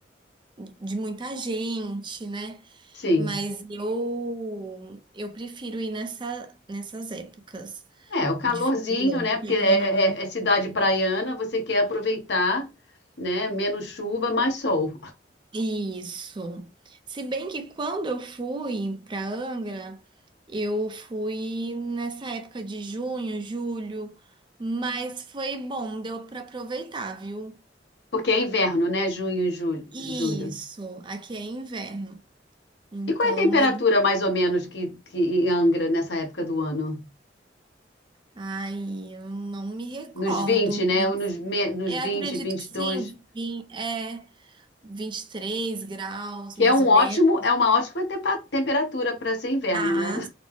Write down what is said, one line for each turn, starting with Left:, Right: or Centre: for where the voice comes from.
Right: de muita gente, né?
Left: Sim.
Right: Mas eu eu prefiro ir nessa, nessas épocas
Left: É, o calorzinho,
Right: de final do ano,
Left: né? Porque
Right: pegando
Left: é,
Right: ali.
Left: é- é cidade praiana, você quer aproveitar, né? Menos chuva, mais sol.
Right: Isso. Se bem que quando eu fui para Angra, eu fui nessa época de junho, julho, mas foi bom, deu para aproveitar, viu?
Left: Porque é inverno, né? Junho e ju-
Right: Isso,
Left: julho.
Right: aqui é inverno. Então,
Left: E qual é a temperatura,
Right: mas
Left: mais ou menos, que, que em Angra nessa época do ano?
Right: ai, eu não me recordo,
Left: Nos 20, né?
Right: mas
Left: Ou nos, me- nos
Right: eu
Left: vinte,
Right: acredito
Left: vinte
Right: que sim,
Left: e dois.
Right: vim- é 23 graus,
Left: Que
Right: mais
Left: é um
Right: ou
Left: ótimo,
Right: menos.
Left: é uma ótima tempa- temperatura para ser inverno,
Right: Ah,
Left: né?